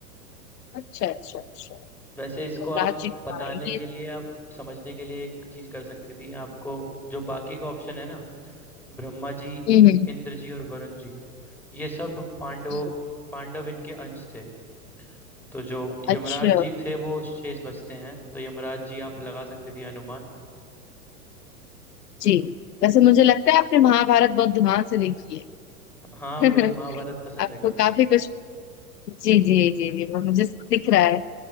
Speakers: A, on the left; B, in the centre.
A: अच्छा अच्छा अच्छा
B: वैसे इसको
A: और
B: आप
A: राज जी को
B: बताने
A: बनाएंगे
B: के लिए आप समझने के लिए एक चीज कर सकती थी आपको जो बाकी का ऑप्शन है ना ब्रह्मा जी
A: हम्म हम्म,
B: इंद्र जी और वरुण जी ये सब पांडवों
A: हम्म।
B: पांडव इनके अंश थे तो जो यमराज
A: अच्छा
B: जी थे वो शेष बचते हैं तो यमराज जी आप लगा सकती थी अनुमान
A: जी वैसे मुझे लगता है आपने महाभारत बहुत ध्यान से देखी
B: हाँ
A: है
B: मुझे
A: <laughs>
B: महाभारत पसंद
A: आपको
B: है काफी
A: काफी कुछ जी जी जी जी वो मुझे दिख रहा है